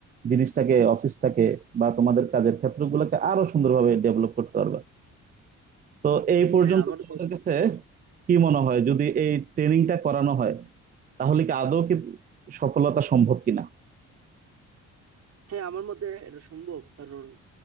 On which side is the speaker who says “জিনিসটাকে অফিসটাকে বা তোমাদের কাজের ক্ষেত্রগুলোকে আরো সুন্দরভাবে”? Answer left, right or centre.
Right